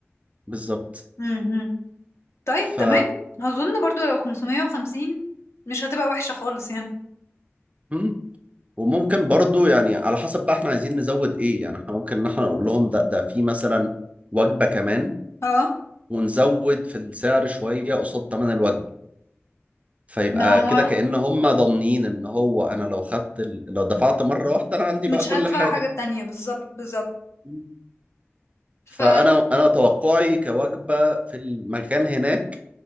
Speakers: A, on the right; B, on the left.
A: بالظبط
B: مم. مم. طيب
A: ف
B: تمام اظن برضو لو 550 مش هتبقى وحشة خالص يعني
A: مم. وممكن برضو يعني على حسب بقى احنا عايزين نزود ايه يعني احنا ممكن ان احنا نقول لهم ده ده في مثلا وجبة كمان
B: اه
A: ونزود في السعر شوية قصاد تمن الوجبة فيبقى
B: ما هو
A: كده كأن هم ضامنين ان هو انا لو خدت ال... لو دفعت مرة واحدة انا عندي
B: مش
A: بقى كل
B: هدفع
A: حاجة
B: حاجة تانية بالظبط بالظبط
A: مم.
B: ف
A: فانا انا توقعي كوجبه في المكان هناك